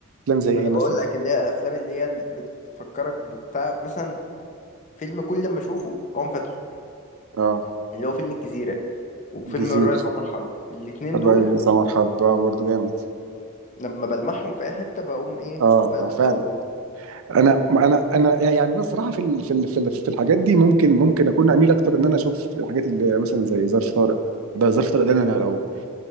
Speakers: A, on the right; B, on the left.
A: افلام زي
B: ما
A: ايه
B: انا بقول
A: مثلا
B: لك اللي هي الافلام اللي هي اللي بتفكرك ببتاع مثلا فيلم كل ما اشوفه اقوم فاتحه
A: اه
B: اللي هو فيلم الجزيرة وفيلم
A: جزيرة
B: الريس عمر حرب الاتنين
A: الرئيس
B: دول
A: عمر حرب اه برضه جامد
B: لما بلمحهم في اي حتة بقوم ايه
A: اه
B: فاتح
A: اه فعلا
B: على طول
A: انا انا انا يعني انا الصراحه في ال- في ال- في ال- في الحاجات دي ممكن ممكن اكون اميل اكتر ان انا اشوف الحاجات اللي مثلا زي ظرف طارق ده ظرف طارق ده انا لو